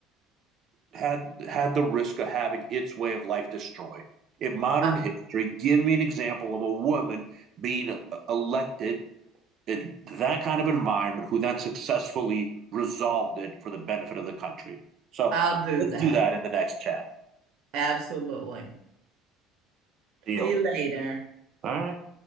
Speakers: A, on the right (about 40°); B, on the right (about 55°).
A: had had the risk of having its way of life destroyed in modern
B: I
A: history. Give me an example of a woman being uh, elected in that kind of environment who then successfully resolved it for the benefit of the country. So
B: I'll do
A: let's
B: that.
A: do that in the next chat.
B: Absolutely.
A: Deal.
B: See you later.
A: All right.